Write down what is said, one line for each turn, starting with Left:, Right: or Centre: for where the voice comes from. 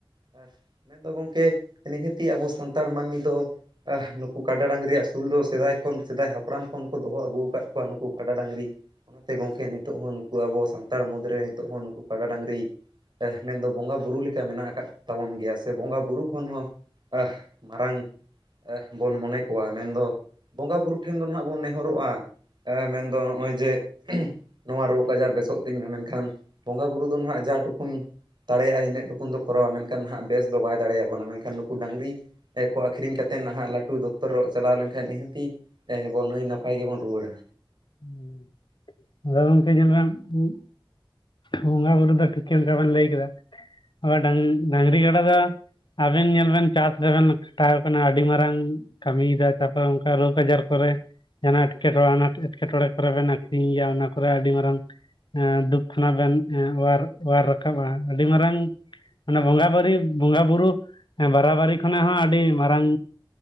Right: ᱮ ᱢᱮᱱᱫᱚ ᱜᱚᱢᱠᱮ ᱱᱤᱦᱟᱹᱛᱤ ᱟᱵᱚ ᱥᱟᱱᱛᱟᱲ ᱢᱟ ᱱᱤᱫ ᱫᱚ ᱟᱦ ᱱᱩᱠᱩ ᱠᱟᱰᱟ ᱰᱟᱹᱝᱨᱤ ᱟᱥᱩᱞ ᱫᱚ ᱥᱮᱫᱟᱭ ᱠᱷᱚᱱ ᱥᱮᱫᱟᱭ ᱦᱟᱯᱲᱟᱢ ᱠᱷᱚᱱ ᱠᱚ ᱫᱚᱦᱚ ᱟᱹᱜᱩ ᱟᱠᱟᱫ ᱠᱚᱣᱟ ᱱᱩᱠᱩ ᱠᱟᱰᱟ ᱰᱟᱹᱝᱨᱤ ᱚᱱᱟᱛᱮ ᱜᱚᱝᱠᱮ ᱱᱤᱛᱚᱜ ᱦᱚᱸ ᱱᱩᱠᱩ ᱟᱵᱚ ᱥᱟᱱᱛᱟᱲ ᱢᱩᱫᱽᱨᱮ ᱱᱤᱛᱚᱜ ᱦᱚᱸ ᱱᱩᱠᱩ ᱠᱟᱰᱟ ᱰᱟᱹᱝᱨᱤ ᱮ ᱢᱮᱱᱫᱚ ᱵᱚᱸᱜᱟ ᱵᱩᱨᱩ ᱞᱮᱠᱟ ᱢᱮᱱᱟᱜ ᱟᱠᱟᱫ ᱛᱟᱵᱚᱱ ᱜᱮᱭᱟ ᱥᱮ ᱵᱚᱸᱜᱟ ᱵᱩᱨᱩ ᱠᱷᱚᱱ ᱦᱚᱸ ᱟ ᱢᱟᱨᱟᱝ᱾ ᱮ ᱵᱚᱱ ᱢᱚᱱᱮ ᱠᱚᱣᱟ ᱢᱮᱱᱫᱚ ᱵᱚᱸᱜᱟ ᱵᱩᱨᱩ ᱴᱷᱮᱱ ᱫᱚ ᱱᱟᱦᱟᱜ ᱵᱚᱱ ᱱᱮᱦᱚᱨᱚᱜᱼᱟ᱾ ᱮ ᱢᱮᱱᱫᱚ ᱱᱚᱜᱼᱚᱭ ᱡᱮ ᱱᱚᱣᱟ ᱨᱳᱜᱽ ᱟᱡᱟᱨ ᱵᱮᱥᱚᱜ ᱛᱤᱧ ᱢᱟ ᱢᱮᱱᱠᱷᱟᱱ ᱵᱚᱸᱜᱟ ᱵᱩᱨᱩ ᱫᱚ ᱱᱟᱦᱟᱜ ᱡᱟ ᱴᱩᱠᱩᱱ ᱛᱟᱲᱮᱭᱟᱜᱼᱟᱭ ᱤᱱᱟᱹᱜ ᱴᱩᱠᱩᱱ ᱫᱚ ᱠᱚᱨᱟᱣᱟ ᱢᱮᱱᱠᱷᱟᱱ ᱦᱟᱸᱜ ᱵᱮᱥ ᱫᱚ ᱵᱟᱭ ᱫᱟᱲᱮᱭᱟᱵᱚᱱᱟ ᱢᱮᱱᱠᱷᱟᱱ ᱱᱩᱠᱩ ᱰᱝᱨᱤ ᱮᱠᱚ ᱟᱹᱠᱷᱨᱤᱧ ᱠᱟᱛᱮᱫ ᱱᱟᱦᱟᱜ ᱞᱟᱹᱴᱩ ᱫᱚᱠᱛᱚᱨᱚᱟᱜ ᱪᱟᱞᱟᱣ ᱞᱮᱱᱠᱷᱟᱡ ᱱᱤᱦᱟᱹᱛᱤ ᱦᱮᱸᱦᱮᱵᱚ ᱱᱟᱹᱭ ᱱᱟᱯᱟᱭ ᱜᱮᱵᱚᱱ ᱨᱩᱣᱟᱲᱟ᱾
Left: <unintelligible> ᱟᱫᱚ ᱜᱚᱝᱠᱮ ᱧᱮᱞᱵᱮᱱ ᱩᱸᱜ ᱵᱚᱸᱜᱟ ᱵᱩᱨᱩ ᱫᱚ ᱴᱷᱤᱠ ᱚᱱᱠᱟ ᱵᱮᱱ ᱞᱟᱹᱭ ᱠᱮᱫᱟ ᱰᱟᱝ ᱰᱟᱹᱝᱨᱤ ᱜᱟᱰᱟ ᱫᱚ ᱟᱵᱮᱱ ᱧᱮᱞ ᱵᱮᱱ ᱪᱟᱥ ᱨᱮᱵᱮᱱ ᱠᱷᱟᱴᱟᱣ ᱠᱟᱱᱟ ᱟᱹᱰᱤ ᱢᱟᱨᱟᱝ ᱠᱟᱹᱢᱤᱭᱫᱟ ᱛᱟᱯᱚᱨᱮ ᱚᱝᱠᱟ ᱨᱳᱜᱽ ᱟᱡᱟᱨ ᱠᱚᱨᱮ ᱡᱟᱦᱟᱱᱟ ᱮᱴᱠᱮᱴᱚᱬᱮ ᱟᱱᱟᱴ ᱮᱴᱠᱮᱴᱚᱬᱮ ᱠᱚᱨᱮ ᱵᱮᱱ ᱟᱠᱷᱨᱤᱧᱮᱭᱟ ᱚᱱᱟ ᱠᱚᱨᱮ ᱟᱹᱰᱤ ᱢᱟᱨᱟᱝ ᱮᱸ ᱫᱩᱠ ᱠᱷᱚᱱᱟᱜ ᱵᱮᱱ ᱮᱸ ᱚᱣᱟᱨ ᱚᱣᱟᱨ ᱨᱟᱠᱟᱵᱼᱟ ᱟᱹᱰᱤ ᱢᱟᱨᱟᱝ ᱟᱱᱮ ᱵᱚᱸᱜᱟ ᱵᱟᱨᱤ ᱵᱚᱸᱜᱟ ᱵᱩᱨᱩ ᱵᱟᱨᱟᱵᱟᱨᱤ ᱠᱷᱚᱱᱟᱜ ᱦᱚᱸ ᱟᱹᱰᱤ ᱢᱟᱨᱟᱝ